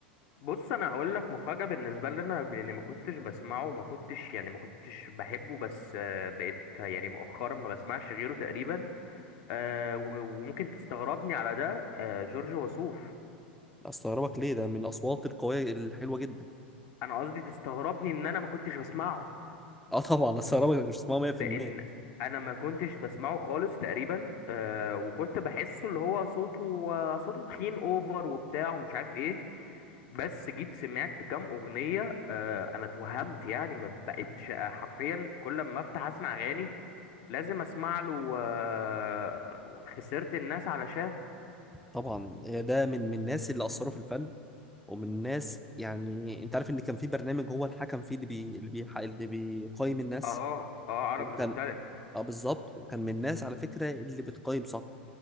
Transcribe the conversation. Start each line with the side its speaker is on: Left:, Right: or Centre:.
Left: بص أنا هقول لك مفاجأة بالنسبة لي أنا لأني ما كنتش بسمعه وما كنتش يعني ما كنتش بحبه بس آه، بقيت يعني مؤخرا ما بسمعش غيره تقريبا آه، و- وممكن تستغربني على ده آه، جورج وسوف
Centre: أستغربك ليه ده من الأصوات القوية الحلوة جدا
Left: انا قصدي تستغربني ان انا ما كنتش بسمعه
Centre: أه طبعا أستغربك إنك مش اسمها 100%
Left: لان انا ما كنتش بسمعه خالص تقريبا آه وكنت بحسه اللي هو صوته آه صوته تخين اوفر وبتاع ومش عارف ايه بس جيت سمعت كام اغنية آه انا اتوهمت يعني ما بقتش آه حرفيا كل ما افتح اسمع اغاني لازم اسمع له آه خسرت الناس علشانه
Centre: طبعا ده من من الناس اللي أثروا في الفن ومن الناس يعني أنت عارف إن كان في برنامج هو الحكم فيه اللي بي اللي بي اللي بيقيم الناس
Left: اه اه عربز
Centre: وكان
Left: جوت تالنت
Centre: أه بالظبط وكان من الناس على فكرة اللي بتقيم صح